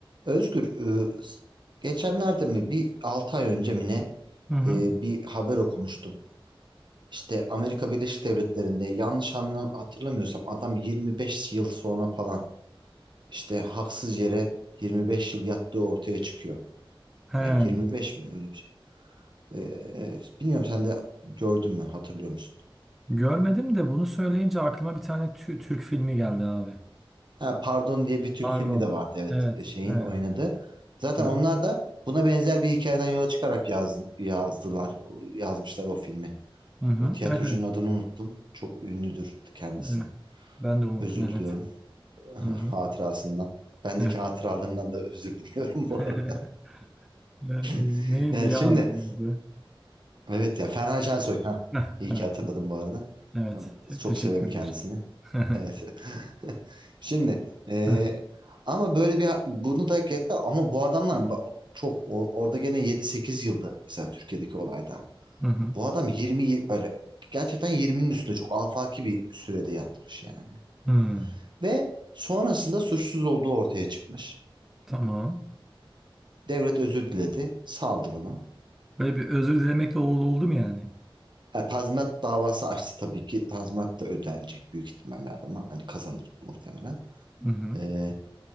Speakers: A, on the right; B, in the centre.
A: Özgür, e, s- geçenlerde mi bir 6 ay önce mi ne
B: Hı hı.
A: e, bir haber okumuştum. İşte Amerika Birleşik Devletleri'nde yanlış anla hatırlamıyorsam adam 25 yıl sonra falan işte haksız yere 25 yıl yattığı ortaya çıkıyor.
B: He,
A: Yani 25 mi öyle bir şey. E, e, bilmiyorum sen de gördün mü hatırlıyor musun?
B: görmedim de bunu söyleyince aklıma bir tane tü- Türk filmi geldi abi.
A: Ha, Pardon diye bir Türk
B: Pardon.
A: filmi de vardı evet
B: Evet,
A: e, şeyin
B: evet.
A: oynadı. Zaten
B: Hı hı.
A: onlar da buna benzer bir hikayeden yola çıkarak yaz, yazdılar, yazmışlar o filmi.
B: Hı hı.
A: E, Tiyatrocunun
B: Evet, evet.
A: adını unuttum. Çok ünlüdür kendisi.
B: Evet. Ben de unuttum
A: Özür
B: evet.
A: diliyorum <laughs>
B: Hı hı.
A: hatırasından. Bendeki
B: Evet.
A: hatıralarından da özür diliyorum
B: <laughs>
A: <laughs> bu arada.
B: Ne-
A: <laughs>
B: Neydi
A: Yani
B: ya
A: şimdi
B: ben unuttum.
A: evet ya Ferhan Şensoy. Ha,
B: Evet.
A: iyi
B: Evet.
A: ki hatırladım bu arada.
B: Evet.
A: Ben
B: Te-
A: Çok
B: teşekkürler.
A: severim kendisini.
B: <laughs>
A: Evet. <laughs> Şimdi e,
B: Hı hı.
A: ama böyle bir bunu da hak etti ama bu adamlar ba- çok o- orada gene yedi sekiz yıldı mesela Türkiye'deki olayda.
B: Hı hı.
A: Bu adam 20 böyle gerçekten 20'nin üstünde çok afaki bir sürede yatmış yani.
B: Hı.
A: Ve sonrasında suçsuz olduğu ortaya çıkmış.
B: Tamam.
A: Devlet özür diledi. Saldı bunu.
B: Böyle bir özür dilemek de oldu oldu mu yani.
A: E, tazminat davası açtı tabii ki. Tazminat da ödenecek büyük ihtimalle adama. Hani kazanır muhtemelen.
B: Hı hı.
A: E,